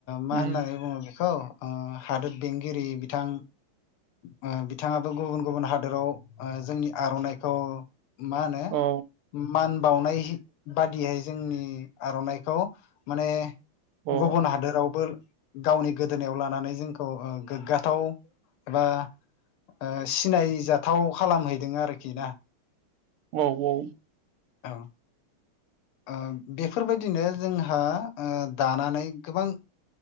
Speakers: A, on the left (about 85°); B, on the right (about 80°).
A: मा
B: उम
A: होननानै बुङो बेखौ ओ हादोर बेंगिरि बिथां ओ बिथाङाबो गुबुन- गुबुन हादोराव ओ जोंनि आर'नाइखौ मा होनो
B: औ
A: मान बावनाय बादियै जोंनि आर'नाइखौ माने
B: औ
A: गुबुन हादोरावबो गावनि गोदोनायाव लानानै जोंखौ गोग्गाथाव एबा ओ सिनायजाथाव खालामहैदों आरोखि ना
B: औ औ
A: औ ओ बेफोरबायदिनो जोंहा ओ दानानै गोबां